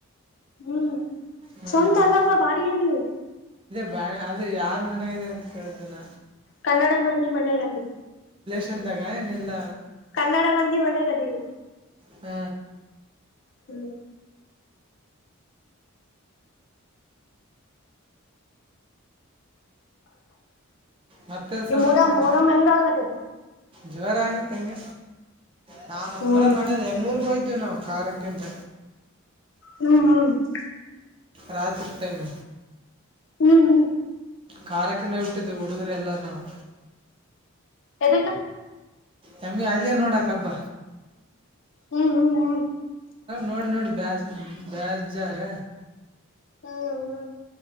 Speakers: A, on the left (about 60°); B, on the right (about 25°).
A: ಹ್ಮ್
B: ಹ್ಮ್
A: ಸವಂತ ಅಲ್ಲಪ ಭಾಡಿಗಿ ಆದಿವಿ.
B: ಬ ಅದ ಯಾರ್ ಮನ್ಗ ಇದರ ಅಂತ ಕೇಳಿದ್ದನ.
A: ಕನ್ನಡ ಮಂದಿ ಮನೆಯರಲ್ಲಿ.
B: ಚಂದಾಗ ಏನಲ್ಲ.
A: ಕನ್ನಡ ಮಂದಿ ಮನಾಗ ಆದಿವಿ.
B: ಹ್ಮ.
A: ಹ್ಮ್.
B: ಮತ್ತೇನು
A: ಈ ನಿಮ್
B: ಸಮಾಚಾರ
A: ಊರಗ ಮೋರಂ ಹೆಂಗ್ ಆಗತದ
B: ಜೋರ ಹಂಗ ತಂಗ ನಾ ನಮ್ಮ್ರ
A: ಹ್ಮ್
B: ಮಾಡ್ಯ ಎಮ್ನೂರ್ಗೋಯ್ದೇವಿ ನಾವು ಕಾರಖಕ್ಕಂತ.
A: ಹ್ಮ್ ಹ್ಮ್
B: ರಾತ್ರಿ ಟೈಮ್.
A: ಹೂ ಹೂ
B: ಕಾರ್ಯಕೊಂಡು ಹೋಗಿ ಬಿಟ್ಟಿದ್ವಿ ಹುಡುಗರು ಎಲ್ಲಾರ ನಾವು.
A: ಎದಕ್ಕ
B: ನಮ್ಮಿ ಅಲ್ಲಿ ನೋಡಕ್ ಹಬ್ಬ.
A: ಹೂ ಹೂ ಹೂ
B: ನೋಡಿ ನೋಡಿ ಬೇ ಬೇಜ್ಜ್ರ.
A: ಹೂ ಹೂ